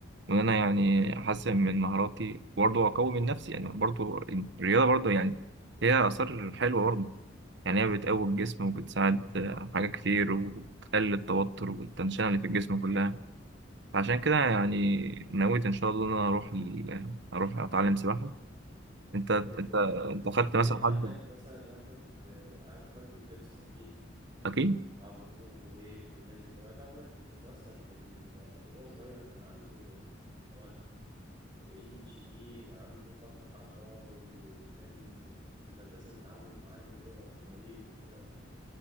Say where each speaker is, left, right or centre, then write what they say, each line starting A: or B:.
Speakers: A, on the right (about 65°); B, on the right (about 25°).
A: وان انا يعني احسن من مهاراتي وبرضو اقوي من نفسي يعني برضو الرياضه برضو يعني هي اثار حلوه برضو يعني هي بتقوي الجسم وبتساعد آه، حاجات كتير وبتقلل التوتر والتنشنة اللي في الجسم كلها عشان كده يعني نويت إن شاء الله إن أنا أروح ال... أروح أتعلم سباحة أنت أنت
B: بإذن الله
A: أنت خدت
B: يعني
A: مثلا
B: أنت عندك
A: حد
B: مثلا واحد آه، عارف مايكل فيليبس أكيد
A: أكيد
B: وعبد اللطيف أبو هيف والناس دي كلها تعرف مايكل فيليبس أصلا كان آه، وهو صغير كان عنده هو ال ADHD كان عنده فرط حركة وكان في المدرسة بيتعاملوا معاه إن هو مريض وكده